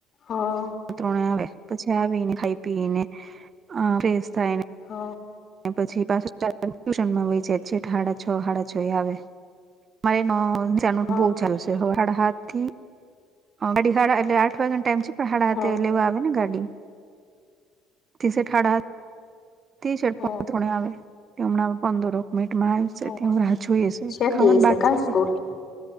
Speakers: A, on the left; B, on the right.
A: હા.
B: માત્રોને આવે પછી આવીને ખાઈ પીને ફેસ થાયને- -
A: હ.
B: પછી પાછ ચ ટ્યુશનમાં વય જાય છેઠ હાડા છો હાડા છો એ આવે. મારે ન
A: હ
B: બ ચાલુવે સાડા હાત થી અઢ એટલે આઠ વાગ્યાનો ટાઈમ છે. હાડા આઠ
A: હ હ
B: લેવા આવે ને ગાડી. કસે ઠાડા શપ
A: હ
B: થોવે કેમ ના પાંદો રોક મમાં આવશે
A: હ
B: ત્યાં રાહ જોઈશે
A: છેટી
B: ખાવાનું
A: હશે
B: બાાગ
A: કા
B: છે.
A: સ્કૂલ